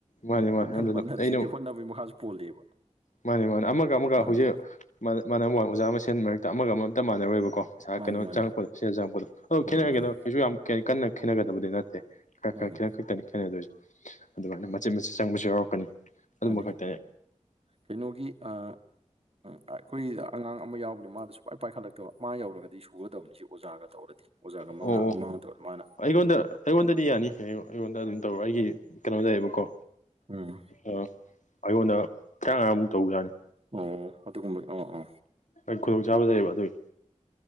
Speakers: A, on the left; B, on the right.
A: ꯃꯥꯅꯦ ꯃꯥꯅꯦ
B: ꯍꯣꯠꯅ
A: ꯑꯗꯨꯅ
B: ꯍꯣꯠꯅ
A: ꯑꯩꯅ
B: ꯁꯤꯗꯤ ꯍꯣꯠꯅꯕꯒꯤ ꯃꯈꯥꯁꯨ ꯄꯣꯜꯂꯤꯕ꯫
A: ꯃꯥꯅꯦ ꯃꯥꯅꯦ ꯑꯃꯒ ꯑꯃꯒ
B: ꯃꯥꯅꯦ
A: ꯍꯧꯖꯤꯛ ꯃꯅ ꯑꯣꯖꯥ ꯃꯁꯦꯟ ꯃꯔꯛꯇ ꯑꯃꯒ ꯑꯃ ꯑꯝꯇ ꯃꯥꯟꯅꯔꯣꯏꯕꯀꯣ꯫ ꯄꯩꯁꯥ
B: ꯃꯥꯅꯤ
A: ꯀꯩꯅꯣ
B: ꯃꯥꯅꯤ
A: ꯆꯪꯉꯛꯄꯗꯣ ꯁꯤꯗ ꯆꯪꯉꯛꯄꯗꯣ ꯑꯗꯣ
B: ꯃꯥꯅꯤ
A: ꯈꯦꯠꯅꯔꯒꯦꯗ
B: ꯃꯥꯅꯤ
A: ꯀꯩꯁꯨ ꯌꯥꯝ ꯀ ꯀꯟꯅ ꯈꯦꯠꯅꯒꯗꯕꯗꯤ ꯅꯠꯇꯦ꯫ ꯈꯔ
B: ꯃꯥꯅꯤ
A: ꯈꯔ ꯈꯦꯠꯅ ꯈꯛꯇꯅꯤ ꯈꯦꯠꯅꯗꯣꯏꯁꯦ ꯑꯗꯨꯃꯥꯏꯅ ꯃꯆꯦꯠ ꯃꯆꯦꯠ ꯆꯪꯕꯁꯨ ꯌꯥꯎꯔꯛꯀꯅꯤ ꯑꯗꯨꯝꯕ
B: ꯃꯥꯅꯤ
A: ꯈꯛꯇꯅꯤ꯫
B: ꯀꯩꯅꯣꯒꯤ ꯑ ꯫ ꯎꯝ ꯑꯩꯈꯣꯏꯗ ꯑꯉꯥꯡ ꯑꯃ ꯌꯥꯎꯕꯅꯤ ꯃꯥꯗꯣ ꯁꯨꯄꯥꯏ ꯄꯥꯏꯈꯠꯂꯛꯇꯕ ꯃꯥ ꯌꯧꯔꯒꯗꯤ ꯁꯨꯒꯗꯕꯅꯤ ꯁꯤ ꯑꯣꯖꯥꯒ ꯇꯧꯔꯗꯤ꯫ ꯑꯣꯖꯥꯒ ꯃꯉꯥ
A: ꯑꯣ
B: ꯑꯗꯨꯝ
A: ꯑꯣ
B: ꯃꯥꯡꯉꯣꯟꯗ ꯇꯧꯔꯗꯤ ꯃꯥꯅ
A: ꯑꯩꯉꯣꯟꯗ ꯑꯩꯉꯣꯟꯗꯗꯤ ꯌꯥꯅꯤ ꯑꯩꯉꯣꯟꯗ ꯑꯗꯨꯝ ꯇꯧꯔꯣ ꯑꯩꯒꯤ ꯀꯩꯅꯣ ꯂꯩꯌꯦꯕꯀꯣ
B: ꯎꯝ
A: ꯑꯥ ꯑꯩꯉꯣꯟꯗ ꯇꯔꯥꯃꯉꯥꯃꯨꯛ ꯇꯧꯕꯌꯥꯅꯤ꯫
B: ꯑꯣ ꯑꯗꯨꯒꯨꯝꯕ ꯑꯣ ꯑ
A: ꯍꯣꯏ ꯈꯨꯗꯣꯡꯆꯥꯥꯕ ꯂꯩꯌꯦꯕ ꯑꯗꯨꯒꯤ